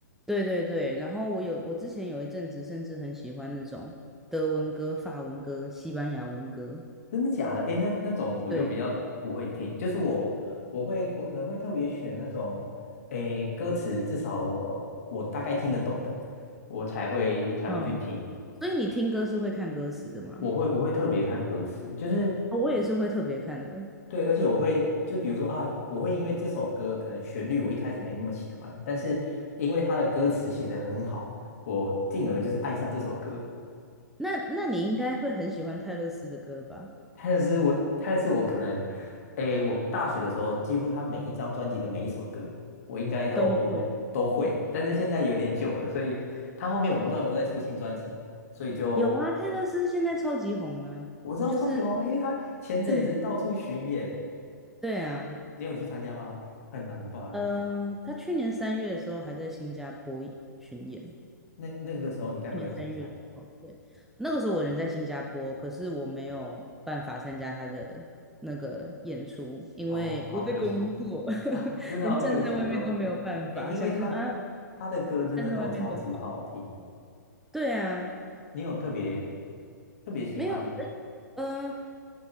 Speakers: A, in the centre; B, on the left.
A: 对对对。然后我有我之前有一阵子甚至很喜欢那种德文歌、法文歌、西班牙文歌，
B: 真的假的？哎，那那种我就比较不会听，
A: 对，
B: 就是我我会我可能会特别选那种哎歌词至少我我大概听得懂的，我才会才会去听。
A: 嗯。所以你听歌是会看歌词的吗？
B: 我会我会特别看歌词，就是
A: 哦我也是会特别看的。
B: 对，而且我会就比如说啊，我会因为这首歌可能旋律我一开始没那么喜欢，但是因为它的歌词写得很好，我进而就是爱上这首歌。
A: 那那你应该会很喜欢泰勒斯的歌吧？
B: 它就是我，它就是我可能，诶，我大学的时候几乎他每一张专辑的每一首歌，我应该都都会，
A: 都会
B: 但是现在有点久了，所以他后面我不知道有没有再出新专辑，所以就
A: 有啊，泰勒斯现在超级红呢、
B: 我知道超级红啊，
A: 就是
B: 因为他前阵子到处巡演，
A: 对对啊，
B: 你有去参加吗？很难吧？
A: 呃，他去年三月的时候还在新加坡巡演，
B: 那那个时候你该不会有参加？
A: 去年三月的时候，对，那个时候我人在新加坡，可是我没有办法参加他的那个演出，因为我在工作，
B: 哦，好可惜
A: <laughs>
B: <laughs> 啊，真的好可惜哦。
A: 连站在外面都没有办法，
B: 哎，因为他的他的歌真的都超级好听，
A: 想说啊，站在外面都好。对啊，
B: 你有特别特别喜欢？
A: 没有，嗯、呃，